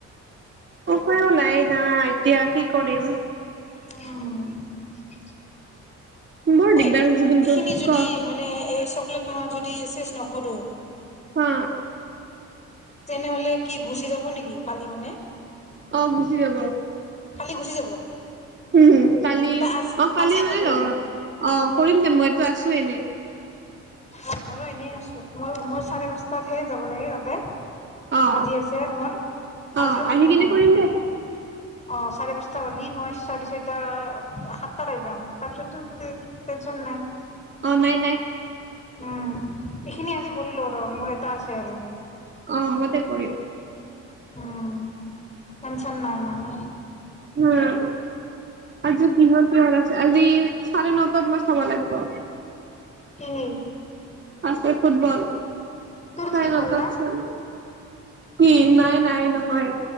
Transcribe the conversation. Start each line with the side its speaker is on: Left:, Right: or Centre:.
Right: উপায়ো নাই না এতিয়া কি কৰিম
Left: উ
Right: বৰ দিগদাৰ
Left: ঐ
Right: হৈছে কিন্তু
Left: এইখিনি যদি
Right: ক
Left: মানে এই চকলেট অ যদি শেষ নকৰো
Right: অ
Left: তেনেহলে কি গুচি যাব নেকি কালি মানে
Right: অ ম গুচি যাব
Left: কালি গুচি যাব
Right: উম কালি
Left: ত আজ
Right: অ কালি
Left: আজিয়ে
Right: মানে
Left: কৰিব লাগিব
Right: ধ অ কৰিম দে মইটো আছো এনেই
Left: অ মইো এনেই আছো মই মোৰ চাৰে পচটাত সে যাব লাগে তাতে
Right: আহ
Left: আজি আছে মোৰ আজিও
Right: আহ
Left: শান্তি
Right: আহি পিনি
Left: নাই
Right: কৰিম দে
Left: অ চাৰে পাঁচটা হ'লি মই চাৰে ছয়িটা সাতটাৰে যাম তাৰপিছত টেনচন নাই
Right: অ নাই নাই
Left: উম এইখিনি আজি কৰিলো ৰ মোৰ এটা আছে খেলো
Right: অ হ'বতে কৰিম
Left: উম কন চন নাৱনাল
Right: উম আজি কিহাৰ কিহাৰ আছে আজি চাৰে নটাত ছাব লাগিব
Left: হুহুম
Right: আছে ফুটবল
Left: তোৰ
Right: চাৰে
Left: ঠিক
Right: নটাত
Left: হ'ল না।
Right: চাম। কি নাই- নাই নহয়।